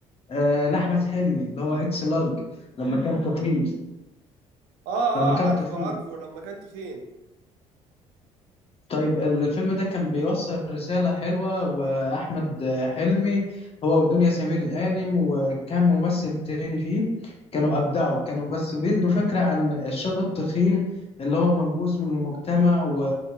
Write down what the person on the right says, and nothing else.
اه
اه
عارفه
عارفه لما كان تخين